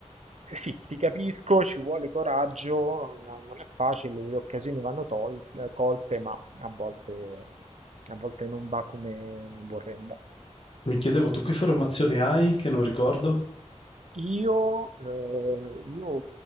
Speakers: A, on the right; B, on the left.
A: eh sì, ti capisco, ci vuole coraggio, no- non è facile, le occasioni vanno tol- colte, ma a volte, a volte non va come vorremmo.
B: Mi chiedevo, tu che formazione hai che non ricordo?
A: Io, eh, io